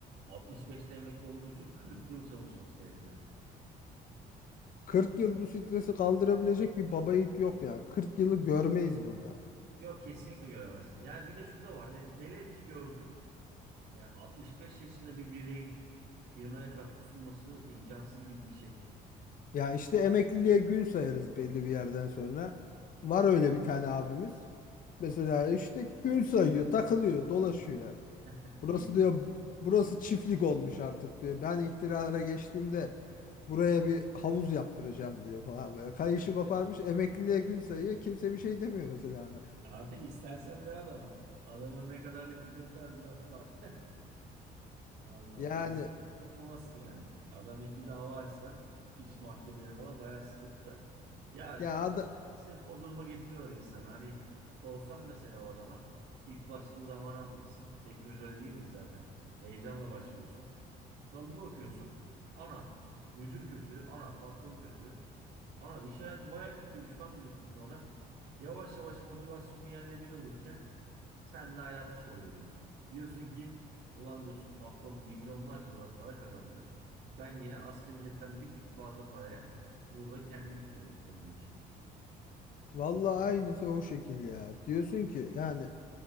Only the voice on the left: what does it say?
40 yıl bu stresi kaldırabilecek bir baba yiğit yok ya. 40 yılı görmeyiz burada.
Ya işte emekliliğe gün sayarız belli bir yerden sonra. Var öyle bir tane abimiz. Mesela işte gün sayıyor, takılıyor, dolaşıyor.
Burası
diyor, burası çiftlik olmuş artık diyor. Ben iktidara geçtiğimde buraya bir havuz yaptıracağım diyor falan böyle. Kayışı
koparmış, emekliliğe gün sayıyor. Kimse bir şey demiyor mesela. ona.
Yani
ya ada
vallahi aynısı o şekil ya. Diyorsun ki yani